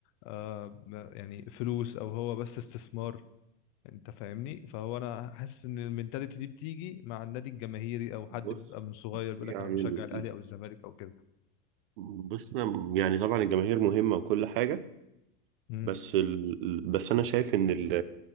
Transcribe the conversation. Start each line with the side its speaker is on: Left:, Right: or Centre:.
Left: آه ما- يعني فلوس او هو بس استثمار انت فاهمني فهو انا حاسس ان المينتاليتي دي بتيجي مع النادي الجماهيري او
Right: بص
Left: حد بيبقى من صغير بيقول
Right: يعني
Left: لك انا بشجع الاهلي او الزمالك او كده
Right: بص أنا- يعني طبعا الجماهير مهمه وكل حاجه
Left: امم
Right: بس ال... بس انا شايف ان ال...